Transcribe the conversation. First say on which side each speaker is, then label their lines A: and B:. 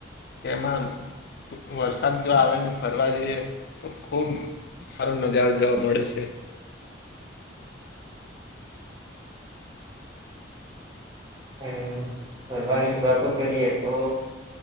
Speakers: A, on the left; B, on the right.
A: તેમાં વરસાદ જો આવે ને ફરવા જઈએ તો ખૂબ સારો નજારો જોવા મળે છે.
B: હમ્મ ફરવાની જ વાતો કરીએ તો